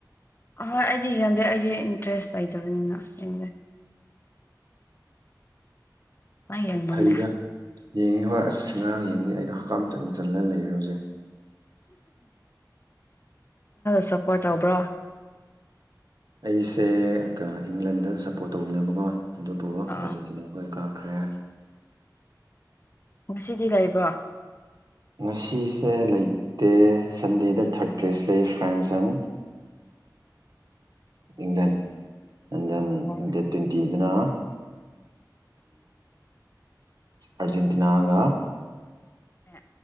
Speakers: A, on the left; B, on the right.
A: ꯑꯍꯣꯏ ꯑꯩꯗꯤ ꯌꯦꯡꯗꯦ ꯑꯩꯗꯤ ꯏꯟꯇꯔꯦꯁ ꯂꯩꯗꯕꯅꯤꯅ ꯌꯦꯡꯗ ꯅꯪ ꯌꯦꯡꯕ꯭ꯔꯣꯅꯦ
B: ꯐꯩꯗ ꯌꯦꯡꯉꯤ ꯍꯣꯏ ꯑꯁ ꯉꯔꯥꯡ ꯌꯦꯡꯕꯒꯤ ꯑꯩꯗꯣ ꯍꯛꯀꯝ ꯆꯜ ꯆꯜꯂꯒ ꯂꯩꯔꯦ ꯍꯧꯖꯤꯛ
A: ꯁꯄꯣꯔ ꯇꯧꯕ꯭ꯔꯣ
B: ꯑꯩꯁꯦ ꯏꯪꯂꯟꯗ ꯁꯞꯄꯣꯔꯠ ꯇꯧꯕꯅꯦꯕꯀꯣ ꯑꯗꯨꯕꯨ ꯑꯥꯔꯖꯦꯟꯇꯤꯅꯥ
A: ꯑ
B: ꯑꯣꯏ ꯀꯥꯈ꯭ꯔꯦ
A: ꯉꯁꯤꯗꯤ ꯂꯩꯕ꯭ꯔꯣ
B: ꯉꯁꯤꯁꯦ ꯂꯩꯇꯦ ꯁꯟꯗꯦꯗ ꯊꯥꯔꯠ ꯄ꯭ꯂꯦꯁ ꯂꯩ ꯐ꯭ꯔꯦꯟꯁꯟ ꯏꯪꯂꯟ ꯢꯪꯂꯟ
A: ꯑꯣ
B: ꯗꯦꯠ ꯇ꯭ꯋꯦꯟꯇꯤ ꯑꯗꯨꯅ ꯑꯔꯖꯦꯟꯇꯤꯅꯥꯒ
A: ꯑꯦ